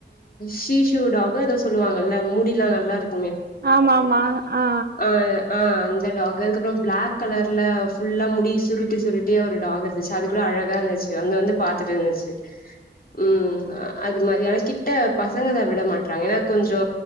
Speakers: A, on the left; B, on the right.
A: சீஷு டாகோ எதோ சொல்வாங்கல முடில்லா நல்லாருக்கு
B: ஆமா ஆமா ஆ
A: ஆ ஆ அந்த டாக் அதுக்கப்புறம் பிளாக் கலர்ல ஃபுல்லா முடி சுருட்டி சுருட் குட்டியா ஒரு டாக் இருந்துச்சி அது கூட அழகா இருந்துச்சி வந்த வந்து பாத்துட்டு இருந்துச்சி ம் அது மாரி ஆனா கிட்ட பசங்க அத விட மாட்றாங்க ஏன்னா கொஞ்சோ